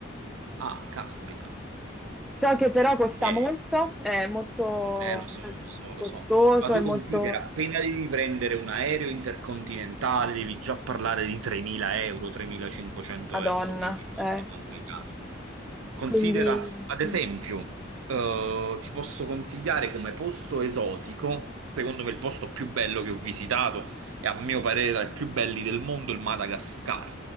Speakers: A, on the right (about 80°); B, in the centre.
A: Ah, caspita.
B: So che però costa
A: Eh,
B: molto, è molto
A: eh, lo so,
B: eh,
A: lo so, lo
B: costoso,
A: so. Ma tu
B: è molto...
A: considera, appena devi prendere un aereo intercontinentale, devi già parlare di 3.000 euro, 3.500
B: Madonna,
A: euro, quindi
B: eh.
A: è complicato. Considera,
B: Quindi...
A: ad esempio,
B: mm,
A: eh, ti posso consigliare come posto esotico, secondo me il posto più bello che ho visitato e a mio parere tra i più belli del mondo, il Madagascar,